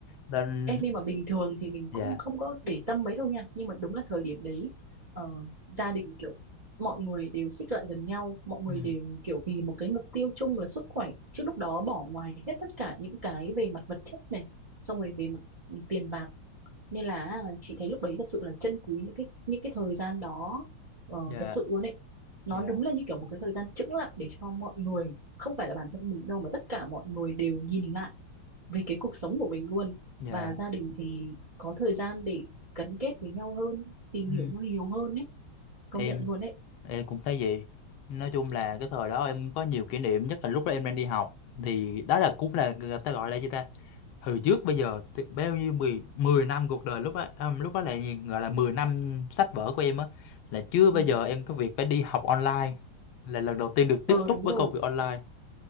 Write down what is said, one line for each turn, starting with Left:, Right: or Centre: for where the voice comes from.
Left: nên
Right: em nhưng mà bình thường thì mình
Left: dạ
Right: cũng không có để tâm mấy đâu nha nhưng mà đúng là thời điểm đấy ờ, gia đình kiểu mọi người đều xích lại gần nhau mọi người
Left: ừ,
Right: đều kiểu vì một cái mục tiêu chung là sức khỏe chứ lúc đó bỏ ngoài hết tất cả những cái về mặt vật chất này xong rồi về mặt tiền bạc nên là à, chị thấy lúc đấy thật sự là trân quý những cái những cái thời gian đó ờ,
Left: dạ
Right: thật sự luôn ấy nó
Left: dạ
Right: đúng là như kiểu một cái thời gian chững lại để cho mọi người không phải là bản thân mình đâu mà tất cả mọi người đều nhìn lại về cái cuộc sống của mình luôn
Left: Dạ.
Right: và gia đình thì có thời gian để gắn kết với nhau hơn tìm
Left: Ừ.
Right: hiểu nhau nhiều hơn ấy công
Left: Em
Right: nhận luôn ấy
Left: em cũng thấy vậy. Nói chung là cái thời đó em có nhiều kỷ niệm nhất là lúc đó em đang đi học thì đó là cũng là người ta gọi là gì ta? hồi trước bây giờ thì bao nhiêu 10 10 năm cuộc đời lúc đó um, lúc đó là gì? gọi là 10 năm sách vở của em á là chưa bao
Right: ừ.
Left: giờ em có việc phải đi học online là lần đầu tiên
Right: <laughs>
Left: được tiếp
Right: ờ
Left: xúc
Right: đúng
Left: với
Right: rồi
Left: công việc online.